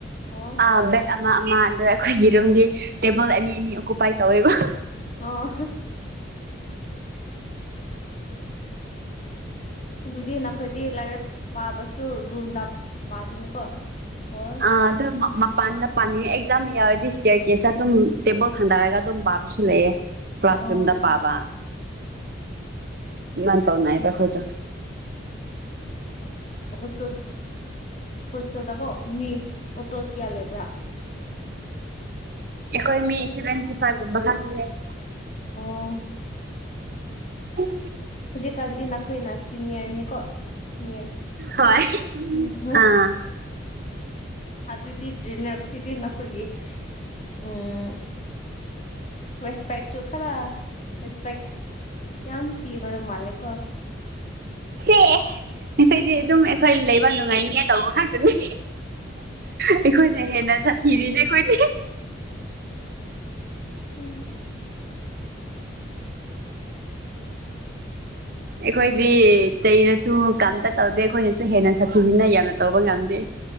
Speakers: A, on the left; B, on the right.
A: ꯑꯣ
B: ꯑ ꯕꯦꯠ ꯑꯃ ꯑꯃ ꯑ ꯑꯩꯈꯣꯏꯒꯤ
A: ꯑꯣ
B: ꯔꯨꯝꯗꯤ ꯇꯦꯕꯜ ꯑꯅꯤ ꯑꯅꯤ ꯑꯣꯀꯨꯄꯥꯏ ꯇꯧꯋꯦꯕ
A: ꯑꯣ ꯑꯗꯨꯗꯤ ꯅꯈꯣꯏꯗꯤ ꯂꯥꯏꯔꯛ ꯄꯥꯕꯁꯨ ꯔꯨꯝꯗ ꯄꯥꯒꯤꯅꯤꯀꯣ ꯑꯣꯔ
B: ꯑ ꯑꯗꯨ ꯃꯄꯥꯟꯗ ꯄꯅꯤ ꯑꯦꯛꯖꯥꯝ ꯌꯥ ꯌꯥꯔꯗꯤ ꯏꯁꯇꯤꯌꯔ ꯀꯦꯁ ꯑꯗꯨꯝ ꯇꯦꯕꯜ ꯊꯥꯡꯗꯔꯒ ꯑꯗꯨꯝ ꯄꯥꯕꯁꯨ ꯂꯩꯑꯦ ꯀ꯭ꯂꯥꯁꯔꯨꯝꯗ
A: ꯑꯣ
B: ꯄꯥꯕ ꯅꯥꯟ ꯇꯧꯅꯏꯕꯈꯣꯗ
A: ꯍꯣꯇꯦꯜ ꯍꯣꯁꯇꯦꯜꯗ ꯀꯣ ꯃꯤ ꯇꯣꯇꯦꯜ ꯀꯌꯥ ꯂꯩꯕ꯭ꯔꯥ
B: ꯑꯩꯣꯏ ꯃꯤ ꯁꯦꯚꯦꯟꯇꯤ ꯐꯥꯏꯚ ꯒ ꯂꯩ
A: ꯑꯣ
B: ꯎꯝ
A: ꯍꯧꯖꯤꯛꯀꯥꯟꯗꯤ ꯅꯈꯣꯏꯅ ꯁꯤꯅꯤꯌꯔꯅꯤꯀꯣ ꯁꯤꯅꯤꯌꯔ
B: ꯍꯣꯏ
A: ꯎꯝ
B: ꯑꯥ
A: ꯑꯗꯨ ꯑꯗꯨꯗꯤꯔꯤ ꯅꯈꯣꯏꯗꯤ ꯅꯈꯣꯏꯒꯒꯤ ꯎꯝ ꯔꯦꯁꯄꯦꯛꯁꯨ ꯈꯔ ꯔꯦꯁꯄꯦꯛ ꯌꯥꯝ ꯄꯤꯕꯅ ꯃꯥꯜꯂꯦꯀꯣ
B: ꯁꯦ ꯑꯩꯈꯣꯏꯗꯤ ꯑꯗꯨꯝ ꯑꯩꯈꯣꯏ ꯂꯩꯕ ꯅꯨꯡꯉꯥꯏꯅꯤꯡꯉꯥꯏ ꯇꯧꯕ ꯉꯥꯛꯇꯅꯤ ꯑꯩꯈꯣꯏꯅꯦ ꯍꯦꯅ ꯆ ꯊꯤꯔꯤꯅꯦ ꯑꯩꯈꯣꯏꯅꯦ
A: ꯎꯝ
B: ꯑꯩꯈꯣꯏꯗꯤ ꯆꯩꯔꯁꯨ ꯀꯝꯇ ꯇꯧꯗꯦ ꯑꯩꯈꯣꯏꯅꯁꯨ ꯍꯦꯟꯅ ꯁꯥꯊꯤꯕꯤꯅ ꯌꯥꯝꯅ ꯇꯧꯕ ꯉꯝꯗꯦ